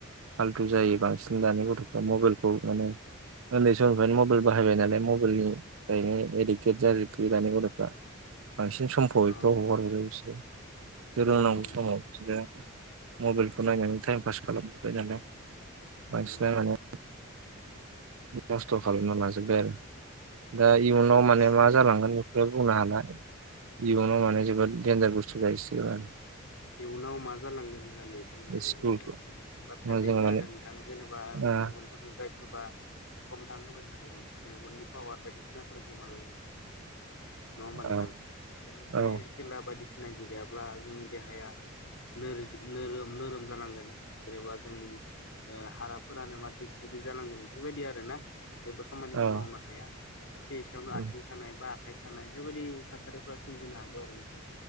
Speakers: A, on the right; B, on the left.
A: फाल्थु जायो बांसिन दानि गथ'फ्रा मबाइलखौ माने उन्दै समनिफ्रायनो मबाइल बाहायबाय नालाय मबाइलनिफ्रायनो एडिकटेट जायो आरोखि दानि गथ'फ्रा बांसिन समखौ बेफोराव
B: अ
A: हगार हरो बिसोर सोलोंनांगौ
B: नंगौ नोंथां
A: समाव बिसोरो मबाइलखौ नायनानै टाइम पास खालामबाय नालाय बांसिनानो
B: नंगौ नोंथां
A: <unintelligible> खस्थ' खालामना लाजोबबाय आरो दा इयुनाव
B: औ
A: माने मा जालांगोन बेखौ बुंनो हाला जिबनाव माने जोबोद देनजार बुस्थु जाहैसिगोन
B: इयुनाव मा जालांगोन होननानै बुंनाय
A: बे स्कुल
B: बाथ्राया बेनो
A: जों माने
B: आरो नोंथां जेनेबा आं
A: औ
B: मबेलफोरजों जायफोरबा सम थां होबाय थागोन मेगननि पावार बायदिसिनाफोरा गोमलांगोन नङा होमबा नोंथां
A: औ
B: लोगोसे
A: औ
B: खेला बायदिसिना गेलेयाब्ला जोंनि देहाया नोरो नोरोम नोरोम जालांगोन जेनेबा जोंनि ओ हारा फोरानो माथिग गुरै जालांगोन बेफोरबायदि आरोना जेबो खामानिखौ
A: औ
B: मावनो हाया एसे एसेयावनो आथिं
A: औ
B: सानाय बा आखाइ सानाय बेबायदि थासारिफोरा सोमजिनो हागौ आरो नोंथां